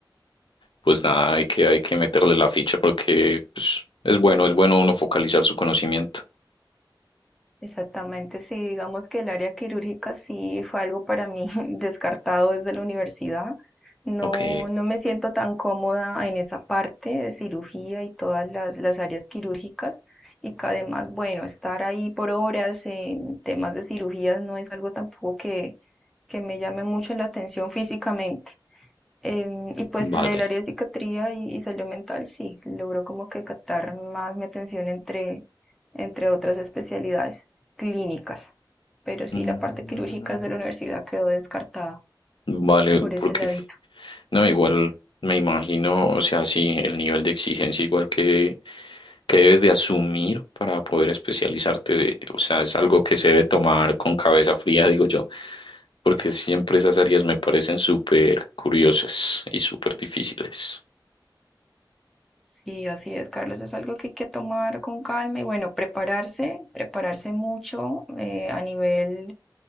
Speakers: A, on the left; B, in the centre.
A: Pues nada, hay que, hay que meterle la ficha porque pues, es bueno, es bueno uno focalizar su conocimiento.
B: Exactamente, sí, digamos que el área quirúrgica sí fue algo para mí <laughs> descartado desde la universidad. No,
A: Ok.
B: no me siento tan cómoda en esa parte de cirugía y todas las, las áreas quirúrgicas y que además, bueno, estar ahí por horas en temas de cirugías no es algo tampoco que, que me llame mucho la atención físicamente. Em, y pues
A: Vale.
B: el del área de psiquiatría y, y salud mental, sí, logró como que captar más mi atención entre, entre otras especialidades clínicas. Pero sí,
A: Mm.
B: la parte quirúrgica de la universidad quedó descartada
A: Vale,
B: por ese
A: porque
B: ladito.
A: no, igual me imagino, o sea, sí, el nivel de exigencia igual que, que debes de asumir para poder especializarte, de- o sea, es algo que se debe tomar con cabeza fría, digo yo, porque siempre esas áreas me parecen súper curiosas y súper difíciles.
B: Sí, así es, Carlos, es algo que hay que tomar con calma y bueno, prepararse, prepararse mucho eh, a nivel